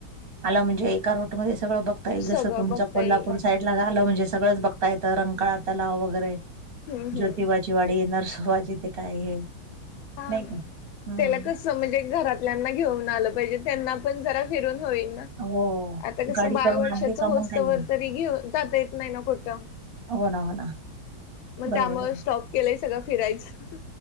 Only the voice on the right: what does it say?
आला म्हणजे एका रूटमध्ये सगळं बघता येईल
जसं तुमचं
कोल्हापूर
साईड. नाशिकला झालं म्हणजे सगळंच बघता येत रंगकाळा तलाव वगैरे
जोतिबा- राजवाडी नर्सवाजथे काय हे.
नाही का हम्म
हो.
गाडी
करून
आणली का
मग काही
नाही.
हो ना.
बरोबर
आहे.